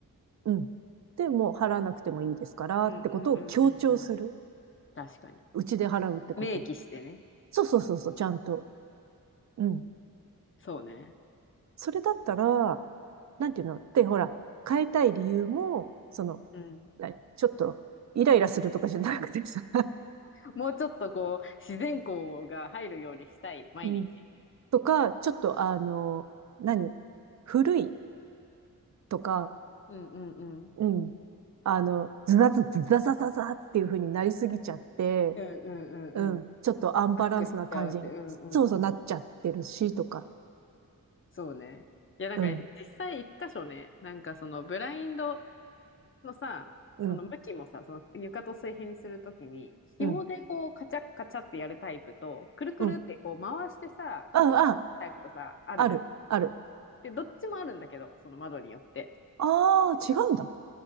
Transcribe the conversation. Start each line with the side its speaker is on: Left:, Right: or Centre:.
Right: う。うん。で、もう払わなくてもいいですからってことを強調する。
Left: うんうんうんうんうん。確かに。
Right: うちで払うってこと。
Left: 明記してね。
Right: そうそうそうそう、ちゃんと。うん。
Left: そうね。
Right: それだったら、なんていうので、ほら、変えたい理由も、その、
Left: うん。
Right: 何ちょっと、イライラするとかじゃなくてさ、
Left: もうちょっとこう、自然光が入るようにしたい、
Right: <laughs>
Left: 毎日。
Right: うん。とか、ちょっと、あの、何古いとか、
Left: うんうんうん。
Right: うん。あの、ズザズズザザザザっていう風になりすぎちゃって、
Left: うんうんうんうん。
Right: うん。ちょっとアンバランスな感じに、
Left: パックしちゃうって、うんうんうん。
Right: そうそうなっちゃってるし、とか。
Left: そうね。いや、なんか実際一箇所ね、
Right: うん、
Left: なんかそのブラインドのさ、
Right: うん、
Left: その向きもさ、その床と水平にするときに、紐でこうカチャッカチャってやるタイプと、
Right: うん、
Left: くるくるってこう回してさ、
Right: うん。あ、
Left: 角度タイプとさ、
Right: あ、
Left: あるじゃん。
Right: ある、ある。
Left: で、どっちもあるんだけど、その窓によって。
Right: ああ、違うんだ。